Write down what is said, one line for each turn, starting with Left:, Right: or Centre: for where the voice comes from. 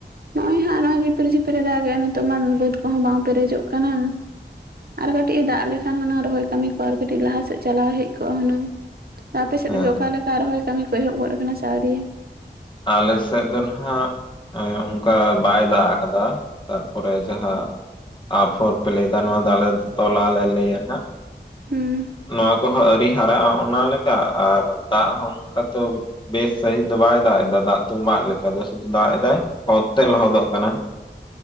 Right: ᱱᱚᱜᱼᱚᱭ ᱦᱟᱸᱜ ᱱᱚᱜᱼᱚᱭ ᱡᱷᱤᱯᱤᱨ ᱡᱷᱤᱯᱤᱨᱮ ᱫᱟᱜᱮᱜᱼᱟ ᱱᱤᱛᱚᱜ ᱢᱟ ᱵᱟᱹᱫᱽ ᱠᱚᱦᱚᱸ ᱵᱟᱝ ᱯᱮᱨᱮᱡᱚᱜ ᱠᱟᱱᱟ᱾ ᱟᱨ ᱠᱟᱹᱴᱤᱡ ᱮ ᱫᱟᱜ ᱞᱮᱠᱷᱟᱱ ᱦᱩᱱᱟᱹᱝ ᱨᱚᱦᱚᱭ ᱠᱟᱹᱢᱤ ᱠᱚ ᱟᱨ ᱠᱟᱹᱴᱤᱡ ᱞᱟᱦᱟ ᱥᱮᱫ ᱪᱟᱞᱟᱣ ᱦᱮᱡ ᱠᱚᱜᱼᱟ ᱦᱩᱱᱟᱹᱝ ᱟᱯᱮ ᱥᱮᱫ
Left: ᱦᱮᱸ
Right: ᱜᱮ ᱚᱠᱟᱞᱮᱼᱼ ᱟᱨ ᱨᱚᱦᱚᱭ ᱠᱟᱹᱢᱤ ᱠᱚ ᱮᱦᱚᱵ ᱜᱚᱫ ᱟᱠᱟᱱᱟ ᱥᱮ ᱟᱹᱣᱨᱤᱭᱟ
Left: ᱟᱞᱮ ᱥᱮᱫ ᱫᱚ ᱱᱷᱟᱜ ᱮᱻ ᱚᱱᱠᱟ ᱵᱟᱭ ᱫᱟᱜ ᱟᱠᱟᱫᱟ, ᱛᱟᱨᱯᱚᱨᱮ ᱡᱟᱦᱟᱸ ᱟᱯᱷᱚᱨ ᱯᱮ ᱞᱟᱹᱭ ᱮᱫᱟ ᱱᱚᱣᱟ ᱫᱚ ᱟᱞᱮ ᱫᱚ ᱛᱚᱞᱟ ᱞᱮ ᱞᱟᱹᱭᱟ ᱱᱷᱟᱜ
Right: ᱦᱩᱸ
Left: ᱱᱚᱣᱟ ᱠᱚᱦᱚᱸ ᱟᱹᱣᱨᱤ ᱦᱟᱨᱟᱜᱼᱟ ᱚᱱᱟᱞᱮᱠᱟ ᱟᱨ ᱫᱟᱜ ᱦᱚᱸ ᱚᱱᱠᱟ ᱛᱚ ᱵᱮᱥ ᱥᱟᱦᱤᱸᱡ ᱫᱟᱜ ᱮᱫᱟ ᱫᱟᱜ ᱛᱚᱸᱵᱟᱜ ᱞᱮᱠᱟ ᱫᱚ ᱥᱩᱫᱷᱩ ᱫᱟᱜ ᱮᱫᱟᱭ ᱚᱛ ᱛᱮ ᱞᱚᱦᱚᱫᱚᱜ ᱠᱟᱱᱟ᱾